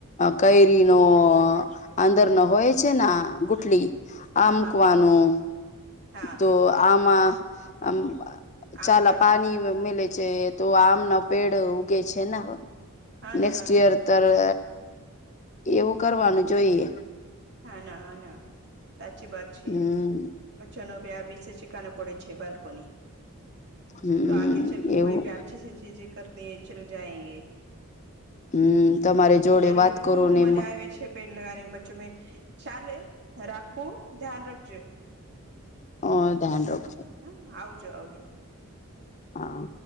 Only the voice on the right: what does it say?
હા
હા હા
હા
આમ કર
હા
ના હા ના
હા ના હા ના સાચી વાત છે.
બચ્ચનો બે બેશે શેકાને પડે છે બાલ્કોની
તો આગે ચલ કે
ઓઈ અચ્છી સી ચીજે કરતી ચલ જાયંગે.
જરૂરી
ખુબ
મજા
આવે છે. પેડ લગની બચ્ચો મે ચાલે રાખું ધ્યાન રાખજે
હા આવજો આવજો.